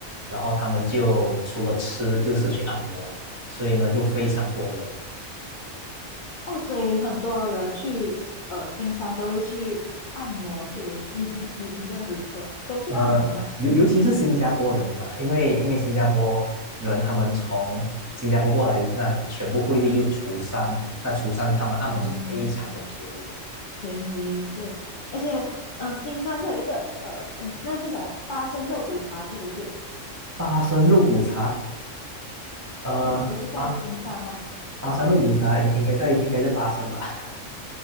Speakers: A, on the right; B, on the left.
A: 然后他们就除了吃就是去按摩，所以呢就非常多人。
B: 哦，所以很多人去呃新山都会去按摩，是不是？<laughs> 你你这样子说，都去按摩吗？
A: 呃，尤尤其是新加坡人嘛，因为因为新加坡人他们从新加坡过来，那全部汇率就除三，那除三他们按摩是非常的便宜，
B: 嗯，便宜，对，而且呃新山是有一个呃，诶，那是什么？八升肉骨茶是不是？
A: 八升肉骨茶，呃，
B: 不是在新山吗？
A: 八八升肉骨茶应应该在应该在八升吧？
B: 不好意思，
A: <laughs>